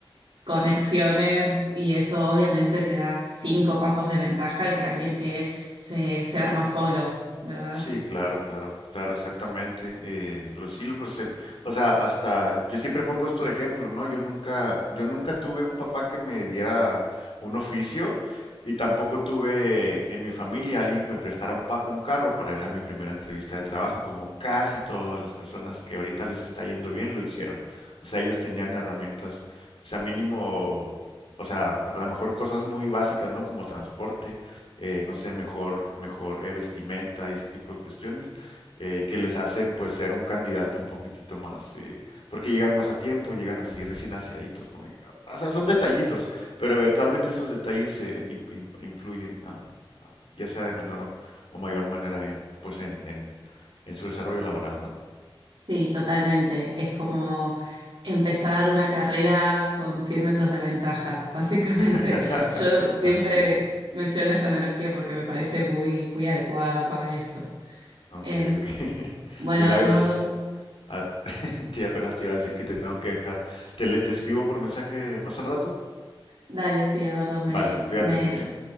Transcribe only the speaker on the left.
Sí, claro, claro, claro, exactamente. Eh, lo, sí, pues el, o sea, hasta yo siempre pongo esto de ejemplo, ¿no? Yo nunca, yo nunca tuve un papá que me diera un oficio y tampoco tuve en mi familia alguien que me prestara un, pa- un carro para ir a mi primera entrevista de trabajo, como casi todas las personas que ahorita les está yendo bien lo hicieron. O sea, ellos tenían herramientas, o sea, mínimo, o sea, a lo mejor cosas muy básicas, ¿no? Como transporte eh, no sé, mejor, mejor eh, vestimenta y ese tipo de cuestiones, eh, que les hacen pues ser un candidato un poquitito más, eh, porque llegan más a tiempo, llegan así recién aseaditos, ¿no? Y, o sea, son detallitos, pero eventualmente esos detalles eh, in- in- influyen, a- a- ya sea de menor o, o mayor manera en, pues en, en, en su desarrollo laboral, ¿no?
<laughs>
Así es.
Ok,
ok. <laughs>
Milagros.
Ah, <laughs> sí, apenas te iba a decir que te tengo que dejar. Te, le- te escribo por mensaje más al rato.
Vale, cuídate
mucho.